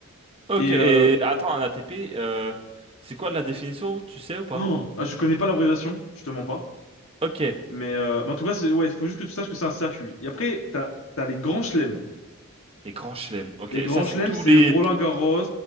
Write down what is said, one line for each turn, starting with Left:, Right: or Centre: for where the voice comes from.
Right: Ok,
Left: Et
Right: et
Left: euh...
Right: attends, un ATP, euh, c'est quoi la définition, tu sais
Left: <gasps>
Right: ou pas?
Left: oh, ah, je connais pas l'abréviation, je te mens pas.
Right: Ok,
Left: Mais, euh... mais en tout cas, c'est... ouais, faut juste que tu saches que c'est un circuit. Et après, t'as, t'as les grands chelems.
Right: les grands chelems. Ok,
Left: Les grands
Right: ça
Left: chelems,
Right: c'est tous
Left: c'est
Right: les...
Left: Roland-Garros.